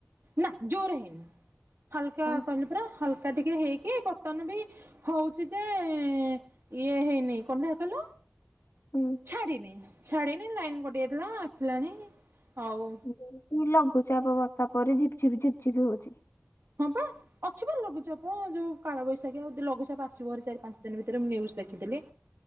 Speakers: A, on the right (about 60°); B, on the left (about 75°).
A: ନା ଜୋରେ ହେଇନି ହାଲକା
B: ହଁ
A: କହିଲି ପରା ହାଲକା ଟିକେ ହେଇକି ବର୍ତ୍ତମାନ ବି ହଉଚି ଯେ ଇଏ ହେଇନି କଣ ଦେଖିଆ କହିଲ?
B: ହୁଁ
A: ଛାଡିିନି ଛାଡିନି ଲାଇନ୍ କଟିଯାଇଥିଲା ଆସିଲାଣିି ଆଉ
B: ପୁଣି ଲଘୁଚାପ ବର୍ଷା ପରେ ଝିପ୍ ଝିପ୍ ଝିପ୍ ଝିପ୍ ହଉଚି।
A: ହଁ ପା। ଅଛି ପା ଲଘୁଚାପ ଯୋଉ କାଳବୈଶାଖୀ ଆଉ ଲଘୁଚାପ ଆସିବ ହେରି ଚାରି ପାଞ୍ଚ ଦିନି ଭିତରେ ମୁଁ ନ୍ୟୁଜ୍ ଦେଖିଥିଲି।